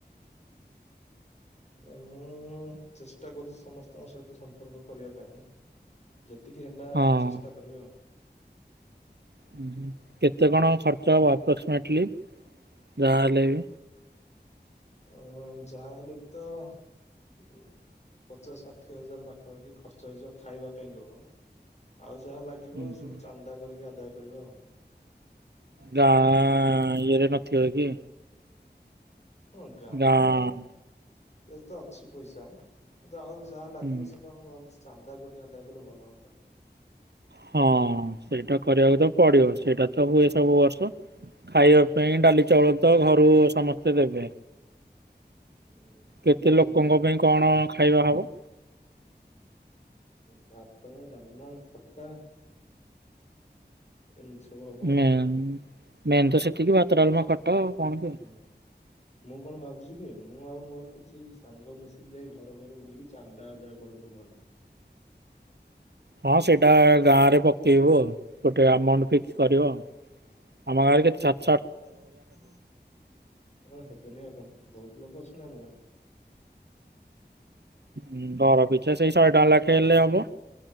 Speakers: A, on the left; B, on the right.
A: <unintelligible> ମ୍ୟାମ ମୁଁ ଚେଷ୍ଟା କରୁଚି ସମସ୍ତଙ୍କ ସହିତ ସମ୍ପର୍କ କରିବା ପାଇଁ ଯେତିକି ହେଲା
B: ହଁ।
A: ଚେଷ୍ଟା କରବା ଆଉ।
B: ହୁଁ ହୁଁ କେତେ କଣ ଖର୍ଚ୍ଚ ହବ ଆପ୍ରକ୍ସମେଟଲ୍ଲୀ ଯାହାହଲେ ବି?
A: ଉଁ ଯାହାଲେ ବି ତ ପଚାଶ ଷାଠିଏ ହଜାର ପାଖାପାଖି ଖର୍ଚ୍ଚ ହେଇଯିବ ଖାଇବା ପାଇଁ କେବଳ ଆଉ ଯାହା ଲାଗିବ
B: ଉଁ ହୁଁ।
A: ସବୁ ଚାନ୍ଦା କରିକି ଆଦାୟ କରିବା ଆଉ।
B: ଗାଁଆ ଆ ଇଏରେ କନଥିବ କି?
A: ହଁ ଗାଁଆ
B: ଗାଁ
A: ଆ ରେ ତ ଅଛି ପଇସା କିନ୍ତୁ ଆଉ ଯାହା ଲାଗିବ
B: ହୁଁ।
A: ସେଇଟା ମୁଁ ଭାବୁଛି ଚାନ୍ଦା କରି ଆଦାୟ କଲେ ଭଲ ହୁଅନ୍ତା।
B: ହଁ ସେଇଟା କରିବାକୁ ତ ପଡିବ ସେଇଟା ତ ହୁଏ ସବୁ ବର୍ଷ। ଖାଇବା ପାଇଁ ଡାଲି ଚାଉଳ ତ ଘରୁ ସମସ୍ତେ ଦେବେ
A: ହୁଁ
B: କେତେ
A: ମୁଁ
B: ଲୋକଙ୍କ
A: ଭାବୁଛି
B: ପାଇଁ କଣ ଖାଇବା ହବ?
A: ଭାତ, ଡାଲମା, ଖଟା ଏମିତି ସବୁ ହବ ଆଉ।
B: ମେନ୍ ମେନ୍ ତ ସେତିକି ଭାତ ଡାଲମା ଖଟା କଣ କି?
A: ହୁଁ ମୁଁ କଣ ଭାବୁଚି କିଏ ମୁଁ ଆଉ ମୋର କିଛି ସାଙ୍ଗ ମିଶିକି ଯାଇ ଘର ଘର ବୁଲିକି ଚାନ୍ଦା ଆଦାୟ କରନ୍ତୁ ନହେଲେ। <unintelligible>
B: ହଁ ସେଇଟା ଗାଁ ରେ ପକେଇବୁ ଆଉ ଗୋଟେ ଆମାଉଣ୍ଟ ଫିକ୍ସ କରିବ। ଆମ ଗାଁରେ କେତେ ଛା
A: <inaudible> କଣ ହେବେନି ଆଉ କଣ ବହୁତ ଲୋକ ଅଛନ୍ତି ଆମ ଗାଁରେ।
B: ହୁଁ ଘର ପିଛା ସେଇ ଶହେ ଟଙ୍କା ଲେଖେ ହେଲେ ହବ।